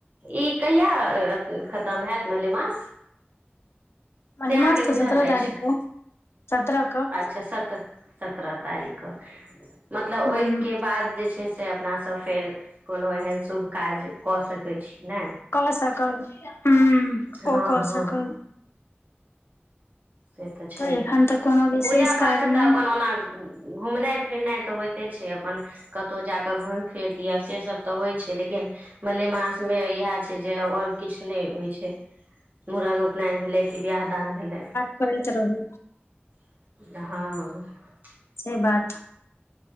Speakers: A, on the right; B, on the left.
A: ई कहिया खत्म भेल मलेमास
B: मले
A: से अहाँके
B: मास तऽ
A: बुझल
B: सत्रह
A: अछि
B: तारीख सत्रह क
A: अच्छा सत्रह सत्रह तारीख मतलब
B: ह
A: ओहिके बाद जे छै से अपनासँ फेर कोनो एहन शुभ काज कऽ सकैत छी ने
B: कसकब ह
A: हँ
B: ओ कहसकब
A: हँ से तऽ छैहे
B: एखन तऽ कोनो विशेष
A: पूजा पाठ
B: काज
A: तऽ
B: नहि
A: अपन ओना घुमनाइ फिरनाइ तऽ होइते छै अपन कतहु जा कऽ घुमि फिरि लिअ सेसभ तऽ होइत छै लेकिन मलेमासमे इएह छै जे आओर किछु नहि होइत छै मूड़न उपनयन भेलै कि बिआह दान भेलै
B: कैत रहू
A: हँ
B: से बात